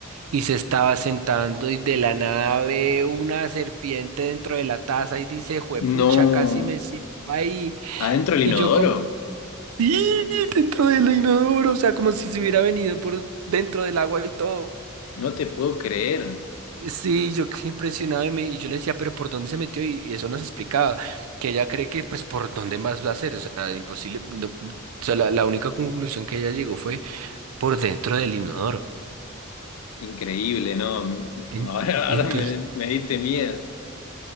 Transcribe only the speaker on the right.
y se estaba sentando y de la nada ve una serpiente dentro de la taza y dice, juepucha,
casi me siento ahí.
Y
yo como, sí, dentro del inodoro, o sea, como si se hubiera venido por dentro del agua y todo.
Sí, yo quedé impresionado y, me, y yo le decía, pero ¿por dónde se metió? Y, y eso nos explicaba, que ella cree que pues por dónde más va a ser, o sea, imposible. no- o sea, la, la única conclusión que ella llegó fue por dentro del inodoro.
En-
entonces